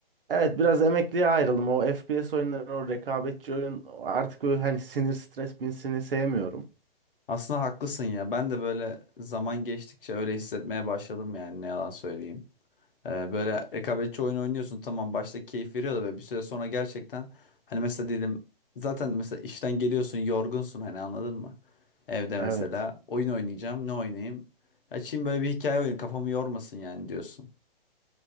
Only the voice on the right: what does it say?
Evet biraz emekliye ayrıldım. O FPS oyunları, o rekabetçi oyun artık böyle hani sinir stres binsini sevmiyorum.
Evet.